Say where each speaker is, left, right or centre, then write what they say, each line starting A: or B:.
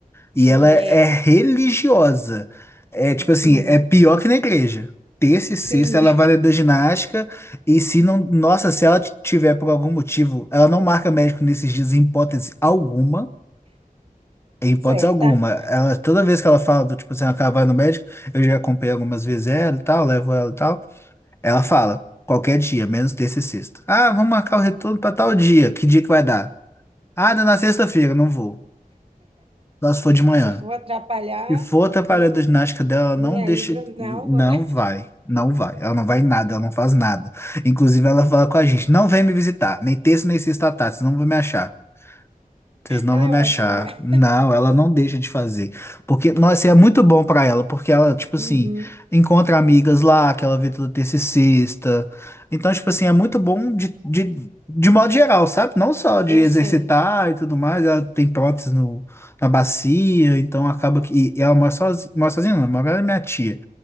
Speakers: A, on the left; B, on the right.
A: E
B: Sim,
A: ela é
B: é.
A: religiosa. É tipo
B: E Sim,
A: assim, é pior que na igreja. Terça e
B: sim,
A: sexta
B: <laughs>
A: ela vai da ginástica e se não, nossa, se ela t- tiver por algum motivo, ela não marca médico nesses dias em hipótese alguma, em hipótese
B: certa.
A: alguma. Ela toda vez que ela fala do tipo assim, ela quer- vai no médico, eu já acompanhei algumas vezes ela e tal, levo ela e tal. Ela fala qualquer dia, menos terça e sexta. Ah, vamos marcar o retorno para tal dia. Que dia que vai dar? Ah, dá na sexta-feira, não vou. Só se for de manhã.
B: Se for atrapalhar,
A: Se for atrapalhar
B: mi-
A: a ginástica dela, ela
B: minha
A: não deixa.
B: hidro, não,
A: Não
B: vou- <laughs>
A: vai. Não vai. Ela não vai em nada, ela não faz nada. Inclusive, ela fala com a gente: não vem me visitar, nem terça, nem sexta à tarde, senão não vai me achar. Vocês não
B: ela
A: vão
B: é
A: me
B: ótima,
A: achar.
B: né?
A: Não, ela não deixa de fazer. Porque, nossa, é muito bom pra ela, porque ela, tipo
B: Uhum.
A: assim, encontra amigas lá, que ela vê toda terça e sexta. Então, tipo assim, é muito bom de, de, de modo geral, sabe? Não só de
B: Eu
A: exercitar
B: sei.
A: e tudo mais, ela tem prótese no, na bacia, então acaba que. E ela mora sozinha, mora sozinha, não, mora ela e minha tia.